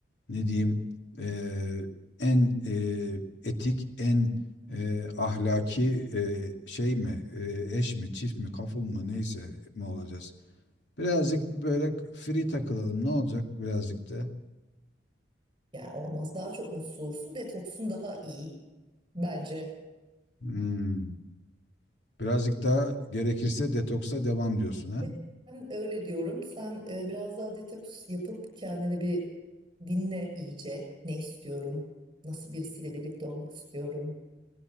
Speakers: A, on the left; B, on the right.
A: Ne diyeyim? Ee, en e, etik, en e, ahlaki e, şey mi? E, eş mi, çift mi, kaful mu neyse mi olacağız? Birazcık böyle free takılalım. Ne olacak birazcık da?
B: yani olmaz. Daha çok mutsuz olursun. Detoksun daha iyi bence.
A: Hmm. Birazcık daha gerekirse detoksa devam diyorsun ha.
B: E, Ben öyle diyorum. Sen e, biraz daha detoks yapıp kendini bir dinle iyice. Ne istiyorum? Nasıl birisiyle birlikte olmak istiyorum?